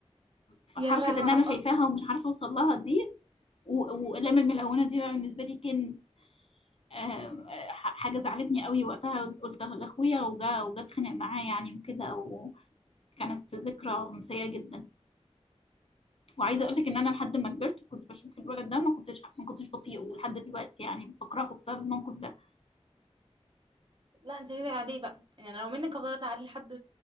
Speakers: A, on the left (about 60°); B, on the right (about 50°).
A: فحركة
B: يا لهوي
A: إن
B: على
A: أنا
B: القهر
A: شايفاها ومش عارفة أوصل لها دي و- وأقلام الملونة دي بقى بالنسبة لي كان آم، ح- حاجة زعلتني قوي وقتها قلت لأخويا وجا وجا اتخانق معاه يعني وكده وكانت ذكرى سيئة جدا وعايزة أقول لك إن أنا لحد ما كبرت كنت بشوف الولد ده ما كنتش ما كنتش بطيئه ولحد دلوقتي يعني بكرهه بسبب الموقف ده
B: لا انت كده عليه بقى يعني لو منك افضل عليه لحد